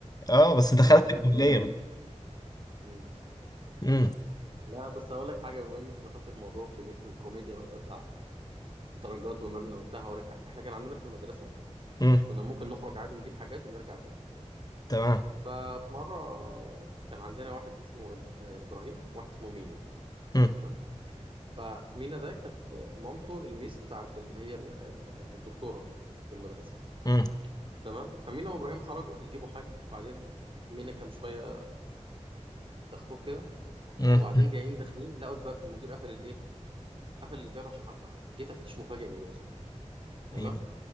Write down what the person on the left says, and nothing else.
اه بس دخلت
الكليه
بقى
امم
امم
تمام
امم
امم
امم
ايوه